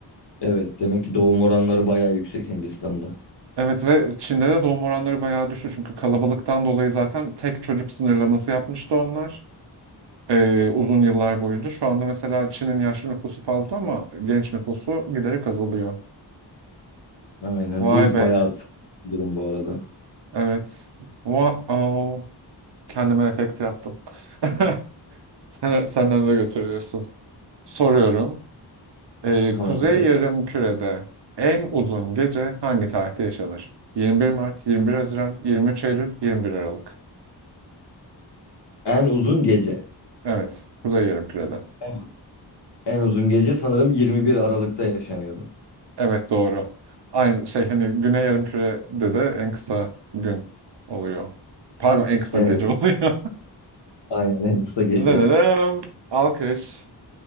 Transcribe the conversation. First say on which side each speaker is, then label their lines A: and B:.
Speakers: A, on the left (about 70°); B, on the right (about 70°).
A: evet demek ki doğum oranları bayağı yüksek Hindistan'da.
B: Evet ve Çin'de de doğum oranları bayağı düştü çünkü kalabalıktan dolayı zaten tek çocuk sınırlaması yapmıştı onlar. e, uzun yıllar boyunca. Şu anda mesela Çin'in yaşlı nüfusu fazla ama genç nüfusu giderek azalıyor.
A: Aynen
B: Vay
A: bu
B: be.
A: bayağı sıkıntı bir durum bu arada.
B: Evet. Wow. Kendime efekt yaptım. <laughs> Sen, senden de götürüyorsun. Soruyorum. Ee,
A: Tamamdır.
B: Kuzey Yarımküre'de en uzun gece hangi tarihte yaşanır? 21 Mart, 21 Haziran, 23 Eylül, 21 Aralık.
A: En uzun gece.
B: Evet. Kuzey Yarımküre'de.
A: Tamam. En uzun gece sanırım 21 Aralık'ta yaşanıyordu.
B: Evet doğru. Aynı şey hani Güney Yarımküre'de de en kısa gün oluyor. Pardon en kısa
A: Evet,
B: gece oluyor.
A: aynen en
B: <laughs>
A: kısa gece.
B: Dınınım. Alkış.